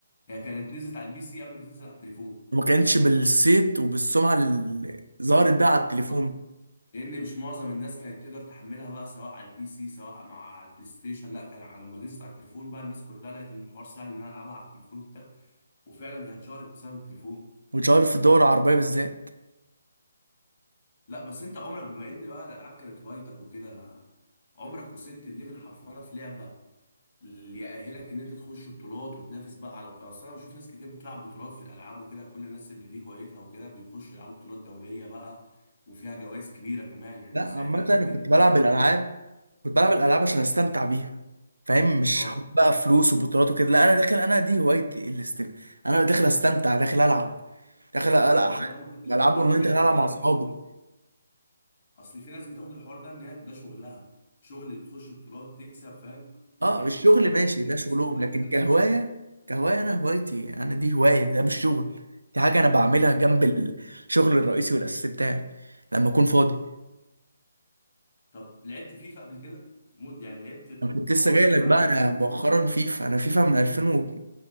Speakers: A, on the left; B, on the right.
A: هي كانت نزلت على البي سي قبل ما تنزل على التليفون
B: وما كانتش بالصيت وبالسمعه اللي ظهرت بقى على التليفون
A: بالظبط لان مش معظم الناس كانت تقدر تحملها بقى سواء على البي سي سواء مع على البلاي ستيشن لا كان على- لما نزلت على التليفون بقى الناس كلها لقت ان الحوار سهل ان انا العبها على التليفون وبتاع وفعلا هي اتشهرت بسبب التليفون
B: واتشهرت في الدول العربيه بالذات
A: لا بس انت عمرك بما ان بقى الالعاب كانت هوايتك وكده عمرك وصلت الليفل حرفانه في لعبه اللي يأهلك ان انت تخش بطولات وتنافس بقى على بطولات اصل انا بشوف ناس كتير بتلعب بطولات في الالعاب وكده كل الناس اللي دي هوايتها وكده بيخشوا يلعبوا بطولات دوليه بقى وفيها جوائز كبيره كمان يعني
B: لا عامه
A: ساعتها جوائزها
B: انا كنت
A: بتوصل
B: بلعب
A: لمليون
B: الالعاب كنت بلعب الالعاب عشان استمتع بيها فاهم مش
A: اه
B: مم. حاطط بقى فلوس وبطولات وكده لا انا داخل انا دي هوايتي الاستمتاع انا داخل استمتع داخل العب داخل العب
A: اه
B: بالظبط
A: انما ما خدتش
B: العاب
A: الحوار
B: اونلاين
A: بجديه
B: داخل هي العب مع
A: قبل
B: اصحابي
A: كده اصل في ناس بتاخد الحوار ده ان هي- ده شغلها شغل بتخش بطولات تكسب فاهم
B: اه
A: يعني
B: الشغل
A: مش اه
B: ماشي ده
A: بتدوس
B: شغلهم
A: بكل
B: لكن
A: حاجه
B: كهوايه كهوايه انا هوايتي انا دي هوايه ده مش شغل دي حاجه انا بعملها جنب الشغل الرئيسي والاساسي بتاعي لما اكون فاضي
A: طب لعبت فيفا قبل كده؟ موت يعني لعبت
B: انا كنت
A: غوصت
B: لسه جاي لك
A: بقى
B: بقى
A: انت
B: انا
A: في فيفا
B: مؤخرا فيفا انا فيفا من 2000 و...